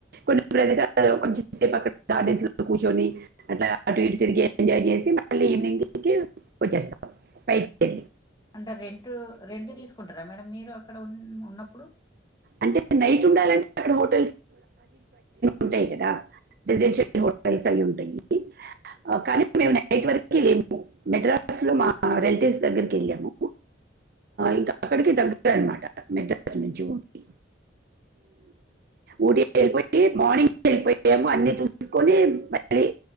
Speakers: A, on the right; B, on the left.
A: కొన్ని ప్రదేశాలు కొంచం సేపు అక్కడ గార్డెన్స్ కూర్చొని అట్లా అటు ఇటు తిరిగి ఎంజాయ్ చేసి మళ్ళీ ఈవినింగ్ టైమ్ కి వచ్చేస్తాం బైటకి
B: అంటే రెంట్ రెంటు తీసుకుంటారా మేడం మీరు అక్కడ ఉ ఉన్నప్పుడు
A: అంటే నైట్ ఉండాలంటే <unintelligible> ఉంటాయి కదా రెసిడెన్షియల్ హోటల్స్ అవి ఉంటాయి కానీ మేము నైట్ వరకి మెడ్రాస్ లో మా రిలటివ్స్ దగ్గరికి వెళ్ళాము ఇంకా అక్కడికి దగ్గర అనమాట మెడ్రాస్ నుంచి ఊటీ ఊటీ వెళ్ళిపోయి మార్నింగ్ వెళ్ళిపోయాము అన్ని చూసుకోని మళ్ళీ